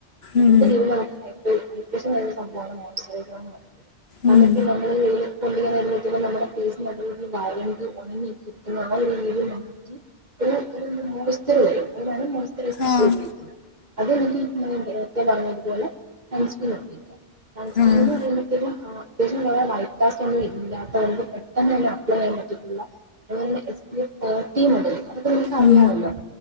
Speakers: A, on the right (about 40°); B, on the left (about 60°).
A: <unintelligible> അത്യാവശ്യം
B: ഉം
A: നല്ലൊരു സംഭവമാണ് മോയ്സ്ചറൈസർ എന്ന് പറയുന്നത് കാരണം
B: ഉം
A: ഇപ്പൊ നമ്മള്. <unintelligible> നമ്മുടെ ഫേസ് നല്ല രീതിയിൽ വരണ്ട് ഉണങ്ങിക്കിയിരിക്കുന്നത് നല്ല രീതി മാറ്റി. ഒരു ഒരു മോസ്റ്റർ വരും അതിനാണ് മോയ്സ്ചറൈസർ നമ്മൾ
B: ആഹ്
A: ഉപയോഗിക്കുന്നത്. അത് നിന്റെ ഈഗമയുടെ ഏറ്റവും നന്നായിട്ട് പോലെ സൺ ക്രീം ഉപയോഗിക്കുക സൺ.
B: ആഹ്
A: ഇതൊന്നു പറയുമ്പോഴേക്കും ആഹ് അത്യാവശ്യം കുറേ വൈറ്റ് പർച്ചേസ് ഒന്നും ഇല്ലാത്തവർക്ക് പെട്ടെന്ന് തന്നെ അപ്ലൈ ചെയ്യാൻ പറ്റിയിട്ടുള്ള. അതുപോലെ തന്നെ എസ് പി എഫ് തേർട്ടി ഉണ്ടാലോ അതൊക്കെ നിങ്ങൾക്ക് അറിയാലോ.
B: ഉം